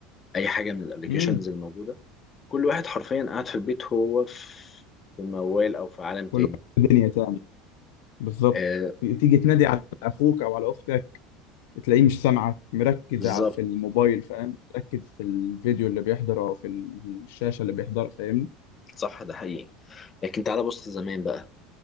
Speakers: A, on the left; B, on the left.
A: اي حاجة من الابليكيشنز
B: امم
A: الموجودة كل واحد حرفيا قاعد في البيت هو في في الموال او في عالم تاني
B: كل واحد في دنيا تاني بالظبط
A: آه،
B: تيجي تنادي على اخوك او على اختك تلاقيه مش سامعك مركز
A: بالظبط
B: على في الموبايل فاهم مركز في الفيديو اللي بيحضره او في الشاشه اللي بيحضرها فاهمني
A: صح ده حقيقي لكن تعالى بص زمان بقى